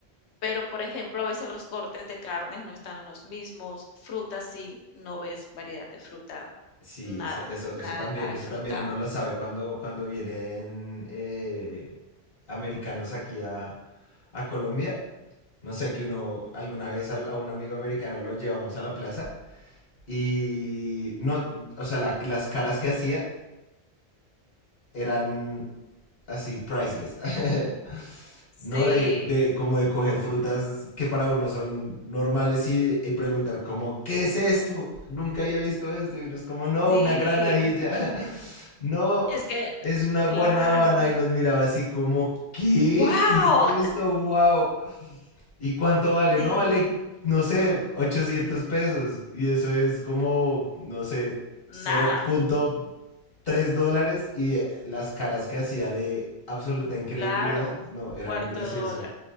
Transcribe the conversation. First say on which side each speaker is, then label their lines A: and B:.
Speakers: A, on the left; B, on the left.
A: pero por ejemplo, a veces los cortes de carnes no están los mismos, frutas sí, no ves variedad de fruta,
B: Sí,
A: nada,
B: eso, eso,
A: nada,
B: eso también,
A: nada
B: eso
A: de fruta.
B: también uno lo sabe cuando, cuando vienen eh, americanos aquí a, a Colombia. No sé, que uno alguna vez al- a, un amigo americano lo llevamos a la plaza y no, o sea, la- las caras que hacía eran así, priceless. <laughs>
A: Sí,
B: ¿no? De, de como de coger frutas que para uno son normales y, y preguntar como, ¿qué es esto? Nunca había visto esto. Y uno es como, no,
A: sí,
B: una granadilla.
A: <laughs>
B: <laughs> No,
A: es que,
B: es una guanábana.
A: claro,
B: Y nos miraba así como, ¿qué?
A: wow,
B: ¿Qué es esto? ¡Wow! ¿Y cuánto vale?
A: sí.
B: No vale, no sé, 800 pesos. Y eso es como, no sé, cero
A: Nada,
B: punto tres dólares. Y las caras que hacía de absoluta incredulidad,
A: claro,
B: no, era
A: cuarto
B: muy gracioso.
A: de dólar.